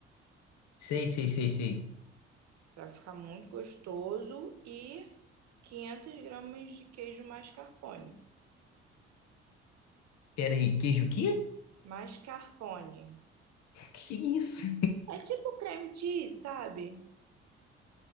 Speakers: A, on the left; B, on the right.
A: sei, sei, sei, sei.
B: Para ficar muito gostoso e 500 gramas de queijo mascarpone.
A: Pera aí, queijo o quê?
B: Mascarpone.
A: <laughs> Que isso?
B: É tipo cream cheese, sabe?